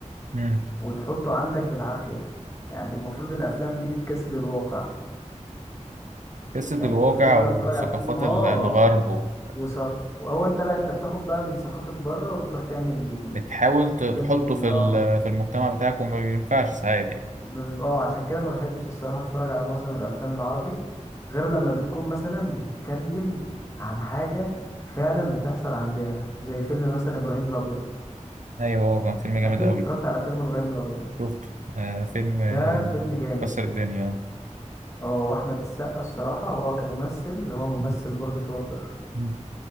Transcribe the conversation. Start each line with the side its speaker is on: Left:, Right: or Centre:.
Right: يعني
Left: وتحطه عندك بالعافية يعني المفروض الافلام دي بتجسد الواقع
Right: قصة
Left: يعني
Right: الواقع
Left: المفروض انا
Right: وثقافات
Left: بتفرج على فيلم اه
Right: ال- الغرب و-
Left: وثق وهو انت لا انت بتاخد بقى من ثقافة بره وتروح تعمل
Right: بتحاول ت- تحطه
Left: فيلم من
Right: في
Left: اه
Right: ال- في المجتمع بتاعك وما بينفعش ساعات يعني
Left: ما بيبقى- اه عشان كده ما بحبش الصراحة اتفرج على معظم الافلام العربي غير لما بتكون مثلا بتتكلم عن حاجة فعلا بتحصل عندنا زي فيلم مثلا ابراهيم الابيض
Right: أيوة هو كان فيلم جامد
Left: اكيد
Right: أوي
Left: اتفرجت على فيلم ابراهيم الابيض
Right: شفته آه فيلم آه،
Left: ده فيلم جامد
Right: كسر الدنيا آه.
Left: اه واحمد السقا الصراحه هو كممثل هو ممثل
Right: مم.
Left: برضه شاطر
Right: مم.